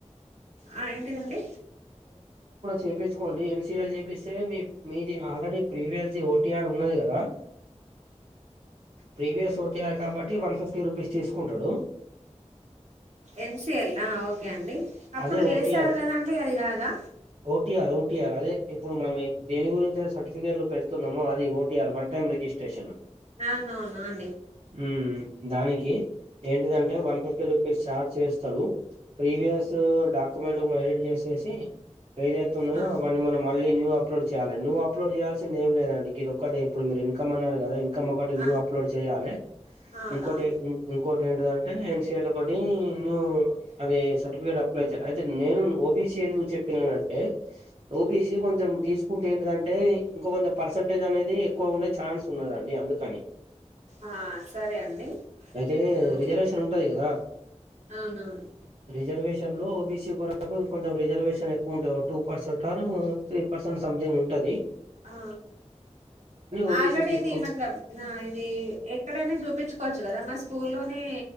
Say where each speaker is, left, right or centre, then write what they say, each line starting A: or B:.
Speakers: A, on the right; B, on the right.
A: ఆ ఏంటిదండి
B: చేప్పించుకోండి ఏం సి ఎల్ చేపిస్తే మీ మీది ఆల్రెడీ ప్రీవియస్ ది ఓటిఆర్ ఉన్నది కదా ప్రీవియస్ ఓటీయర్ కాబట్టి వన్ ఫిఫ్టీ రూపీస్ తీసుకుంటాడు
A: ఏం సి ఎల్ ఆ ఓకే అండి అప్పుడు
B: అదే ఓటిఆర్
A: చేసారు కదండి అది కాదా
B: ఓటిఆర్ ఓటిఆర్ అదే ఇప్పుడు మనం దేని గురించి సర్టిఫికేట్లు పెడుతున్నామో అది ఓటిఆర్ వన్ టైమ్ రిజిస్ట్రేషన్
A: అవునవునును
B: ఉమ్ దానికి ఏంటిదంటే వన్ ఫిఫ్టీ రూపీస్ చార్జ్ చేస్తాడు ప్రీవియస్ క్యుమెంట్ ఎడిట్ చేసేసి ఏదైతే ఉన్నాయో
A: ఆ
B: అ మన మ అప్లోడ్ చేయాలి నువ్వు అప్లోడ్ చేయాల్సింది ఏ లేదండి ఇది ఒకటి ఇప్పుడు మీరు ఇన్కమ్ అన్నారు కదా ఇటి న్ూ
A: ఆ
B: అప్లోడ్ చేయాలి
A: అవునవును
B: ఇంకోటి ఇంకోటి ఏంటంటే ఎన్ఏ లో అ నును అది సర్టిఫికేట్ అప్లై చేయాలి అయితే నేను ఓబిసి ఎందుకు చెప్పినాన అంటే బ స కొ తీసు స్ ఏంటింటే ఇంక కొంచెం పర్సెంటేజ్ అనేది ఎక్కువ ఉండే ఛాన్స్ ఉన్నదండి అందుకని
A: ఆ సరే అండి
B: అయితే
A: నేను
B: రిజర్వేషన్ ఉంటది కదా
A: అవునవును
B: రిజర్వేషన్ లో ఓబిస వరకుంెం రిజర్వేషన్ ఎక్కువ ఉంటంది two percent or three percent something ఉంటంది
A: ఆ
B: ఓబీసీ
A: ఆల్రెడీ
B: తీసుకో
A: ఇది మలం నా ఇది ఎక్కడైనా చూపి చూప్పించుకోవచ్చు కదా మా స్కూల్లోనే